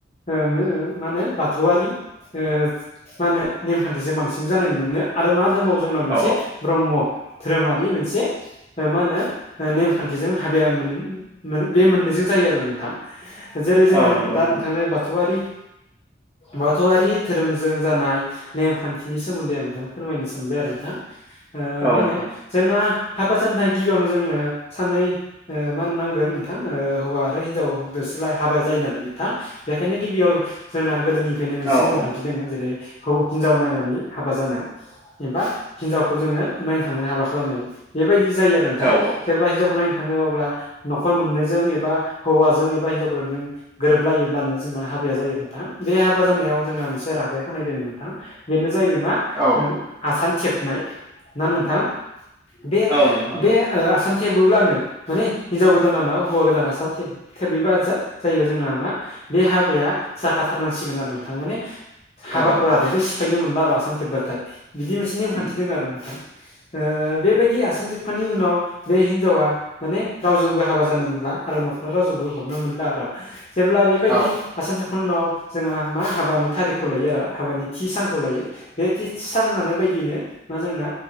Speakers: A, on the left; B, on the right.
A: ओ-मो-मानो बाथौआरि ओ- मा होनो नेमखान्थिजों बांसि जानाय नुनो मोनो आरो मा दंबावो जोंनाव मोनसे।
B: औ
A: ब्रह्म धोरोमारि मोनसे मा होनो ओ-नेमखान्थिजों हाबाया मोन- बे मोननैजों जायो आरो नोंथां। जेरै
B: औ
A: जों
B: नंगौ नोंथां
A: दा नोंथांनो बाथौआरि बाथौआरि धोरोमजों जानाय नेमखान्थिनि सोमोन्दै आं नोंथां फोरमायनो सानबाय आरो ओ-नोंथां
B: औ
A: मा होनो?
B: नोंथां
A: जोंना हाबा जानो थायखाय गिबियावनो जोंनो सानै ओ-मा होननो नांगोन नोंथां ओ-हौवा आरो हिनजाव दोसलाय हाबाया जायो नालाय नोंथां। बेखायनो गिबियाव जोंना गोदोनिफ्रायनो मोनसे
B: औ
A: नेमखान्थि
B: औ
A: दङ जेरै हौ-हिनजाव नायनानै हाबा जानाय। एबा हिनजावखौ जोङो नायनो थांनानै हाबा खालामनाय बेबायदि जायो। नोंथां
B: औ
A: जेब्ला हिनजावखौ नायनो थाङो अब्ला न'खर मोननैजों एबा हौवाजों एबा हिनजाव गोदानजों गोरोबलायोब्लानो जोंना हाबाया जायो नोंथां बे हाबा जानायाव जोंहा मोनसे रादाय खानाय दोङो नोंथां। बेनो जाहैबाय मा
B: औ
A: ओ-आसान थेबनाय ना नोंथां बे
B: औ नोंथां
A: बे
B: औ
A: ओ-आसाम थेबोब्लानो माने हिनजाव गोदान लाना हौवा गोदाना आसाम थेब थेबैबा जा-जायोबा जोंना मा बे हाबाया जाखाथारनांसिगोन आरो नोंथां माने हाबाखौ
B: औ नोंथां
A: रादायखौ सिफायनो मोनला र' आरो आसाम थेबाथाय बिदि मोनसे नेमखान्थि
B: उम
A: दङ आरो नोंथां। बेबायदि आसान थेबखांनायनि उनाव बे हिनजावा -' माने रावजोंबो हाबा जानो मोनला आरो न'खरा रावजोंबो हरनो मोनला आर'। जेब्ला बेबायदि
B: औ
A: आसामान साखांनायनि उनाव जोंहा मा हाबानि थारिखखौ लायो आरो। हाबानि थि सानखौ लायो बे थि सान लानाय बायदियैनो मा जोंना?